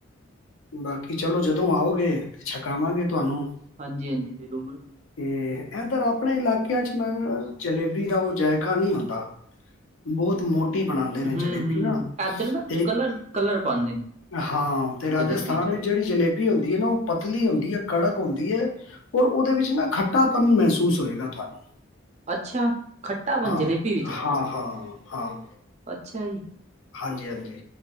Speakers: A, on the left; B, on the right.
A: ਬਾਕੀ ਚਲੋ। ਜਦੋਂ ਆਓਗੇ ਤੇ ਛਕਾਵਾਂਗੇ ਤੁਹਾਨੂੰ।
B: ਹਾਂਜੀ - ਹਾਂਜੀ ਜ਼ਰੂਰ।
A: ਤੇ ਏਧਰ ਆਪਣੇ ਇਲਾਕਿਆਂ ਚ ਜਲੇਬੀ ਦਾ ਉਹ ਜਾਇਕਾ ਨਹੀਂ ਹੁੰਦਾ। ਬਹੁਤ ਮੋਟੀ ਬਣਾਉਂਦੇ ਨੇ
B: ਹੂੰ-ਹੂੰ
A: ਜਲੇਬੀ ਨਾ
B: ਏਧਰ ਨਾ
A: ਤੇ,
B: ਕਲਰ ਕਲਰ ਪਾਂਦੇ ਨੇ
A: ਹਾਂ। ਰਾਜਸਥਾਨ
B: ਜਲੇਬੀ ਚ
A: ਵਿੱਚ ਜਿਹੜੀ ਜਲੇਬੀ ਹੁੰਦੀ ਏ ਨਾ। ਉਹ ਪਤਲੀ ਹੁੰਦੀ ਏ ਕੜਕ ਹੁੰਦੀ ਏ। ਔਰ ਉਹਦੇ ਵਿੱਚ ਨਾ ਖੱਟਾਪਨ ਮਹਿਸੂਸ ਹੋਏਗਾ। ਤੁਹਾਨੂੰ
B: ਅੱਛਾ ਖੱਟਾਪਨ
A: ਹਾਂ
B: ਜਲੇਬੀ ਵਿੱਚ
A: ਹਾਂ - ਹਾਂ ਹਾਂ।
B: ਅੱਛਾ ਜੀ।
A: ਹਾਂਜੀ ਹਾਂਜੀ,